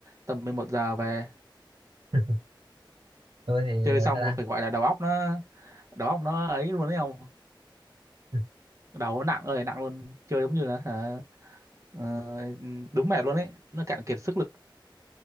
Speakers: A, on the right (about 35°); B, on the right (about 85°).
A: tầm 11 giờ về
B: <laughs> tôi thì
A: chơi
B: ờ,
A: xong
B: sao ta
A: rồi phải gọi là đầu óc nó đầu óc nó ấy luôn đấy không
B: Ừ,
A: đầu nó nặng ơi nặng luôn chơi giống như là hả, Ờ, đúng mẹ luôn ấy nó cạn kiệt sức lực